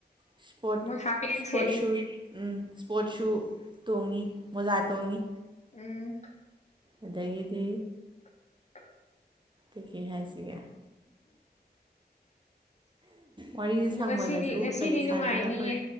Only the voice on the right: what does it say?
ꯏꯁꯄꯣꯔꯠ
ꯏꯁꯄꯣꯔꯠ ꯁꯨ ꯎꯝ ꯏꯁ꯭ꯄꯣꯔꯠꯁꯨ ꯇꯣꯡꯉꯤ ꯃꯣꯖꯥ ꯇꯣꯡꯉꯤ꯫
ꯑꯗꯒꯤꯗꯤ꯫
ꯀꯩ ꯀꯩ ꯍꯥꯏꯁꯤꯒꯦ ꯋꯥꯔꯤꯁꯦ
ꯁꯥꯡꯃꯜꯂꯁꯨ
ꯀꯩ
ꯁꯥꯟꯅꯗꯣꯏꯅꯣ ꯈꯪꯗꯦ꯫